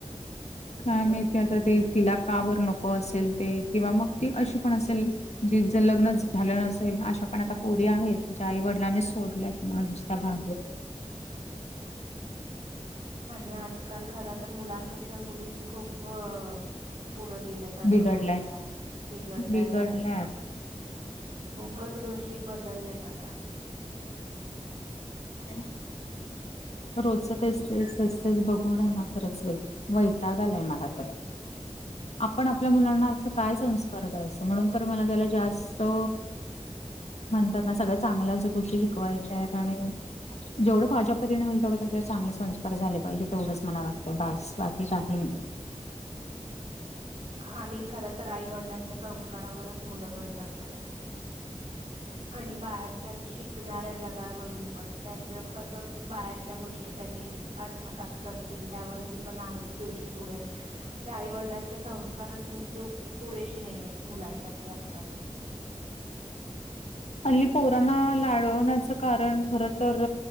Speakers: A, on the left; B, on the right.
A: काय माहित आता ते तिला का बरं नको असेल ते किंवा मग ती अशी पण असेल जीच लग्नचं झालं नसेल अशा पण आता पोरी आहेत ज्या आईवडिलांने सोडल्यात ना <unintelligible>
B: आणि आजकाल खर तर मुलांपेक्षा मुलीच खूप अ पुढं गेल्यात तस
A: बिघडल्यात
B: म्हणायला बिघडल्यात
A: बिघडल्यात
B: आणि खूपच गोष्टी बदलल्यात आता
A: व्हय. रोजच तेच ते तेच बघून हाय ना खरंच बाई, वैताग आलाय मला तर. आपण आपल्या मुलांना असं काय संस्कार द्यायचं? म्हणून तर मला त्याला जास्त अ म्हणतात. ना सगळ्या चांगल्याच गोष्टी शिकवायच्या आहेत आणि जेवढ माझ्या परीनं तेवढे त्याच्यावर चांगले संस्कार झाले पाहिजे. तेवढंच मला वाटतं, बस बास बाकी काही नाही.
B: आणि हा खर तर आई वडिलांच्या संस्कारावरच मुलं घडत असतात. आणि बाहेरच्या शिकणाऱ्या जगावरून पण, त्यांचं कसं बाहेरच्या गोष्टी त्यांनी आत्मसात करतील. त्यावरती पण आहेत गोष्टी पुढे की, आई वडिलां चे संस्कारच नुसते पुरेशे नाही आहेत मुलांसाठी आजकाल. <inaudible>
A: हल्ली पोरांना लाढवण्याचं कारण, खर तर